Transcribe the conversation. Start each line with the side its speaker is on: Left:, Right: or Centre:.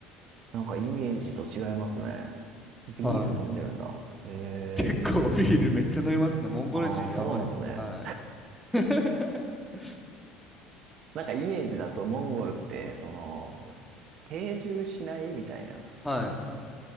Right: なんかイメージと違いますね。ビール飲んでるんだ。
Centre: はい。
Right: へえ。
Centre: 結構ビールめっちゃ飲みますね。モンゴル人やばいですね。
Right: ああ、そうなんですね。
Centre: はい。<laughs>
Right: なんかイメージだとモンゴルって、その、定住しないみたいな
Centre: はい。い